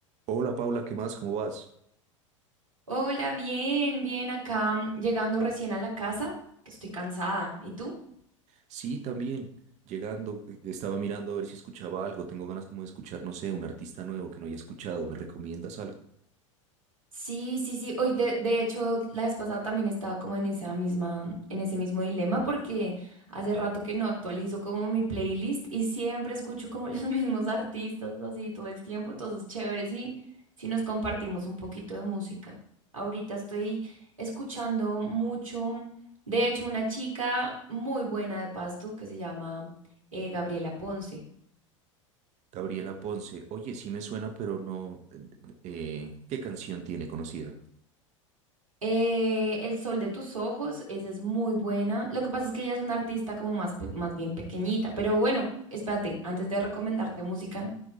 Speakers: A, on the right; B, on the right.
A: Hola Paula, ¿qué más? ¿Cómo vas?
B: Hola, bien, bien acá, mm, llegando recién a la casa, que estoy cansada. ¿Y tú?
A: Sí, también. Llegando, eh, estaba mirando a ver si escuchaba algo. Tengo ganas como de escuchar, no sé, un artista nuevo que no haya escuchado. ¿Me recomiendas algo?
B: Sí, sí, sí. Hoy de, de hecho, la vez pasada también estaba como en esa misma, en ese mismo dilema porque hace rato que no actualizo como mi playlist y siempre escucho como <laughs> los mismos artistas así todo el tiempo. Entonces, chévere si, si nos compartimos un poquito de música. Ahorita estoy escuchando mucho, de hecho, una chica muy buena de Pasto que se llama eh, Gabriela Ponce.
A: Gabriela Ponce. Oye, sí me suena, pero no. eh, eh, ¿qué canción tiene conocida?
B: Eh, El sol de tus ojos, esa es muy buena. Lo que pasa es que ella es una artista como más, pe- más bien pequeñita, pero bueno, espérate, antes de recomendarte música,